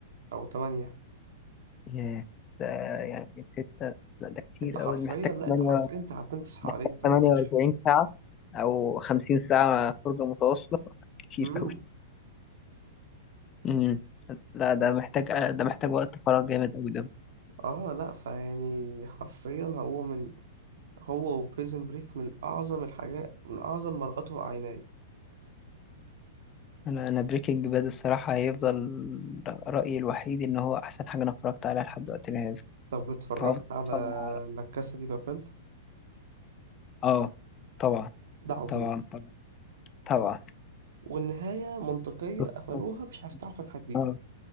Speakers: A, on the right; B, on the left.
A: أو تمانية
B: يا ده يعني ستة لا ده كتير
A: أنت حرفيا
B: أوي ده محتاج
A: لأ
B: تمانية
A: أنت حرفيا أنت هتنام تصحى
B: محتاج
A: عليه أنت
B: تمانية
A: ما عندكش
B: وأربعين ساعة أو خمسين ساعة فرجة متواصلة كتير
A: امم
B: أوي. امم لا ده محتاج ده محتاج وقت فراغ جامد قوي ده
A: اه لا فيعني حرفيا هو من هو وبريزن بريك من أعظم الحاجات من أعظم ما رأته عيناي
B: انا انا بريكنج باد الصراحه هيفضل رايي الوحيد ان هو احسن حاجه انا اتفرجت عليها لحد وقتنا هذا
A: طب اتفرجت
B: هفضل
A: على
B: مع-
A: لا كاسا دي بابل
B: اه طبعا
A: ده عظيم
B: طبعا طبعا طبعا
A: والنهاية منطقية
B: <laughs>
A: قفلوها مش هيفتحوا فتحة جديدة
B: اه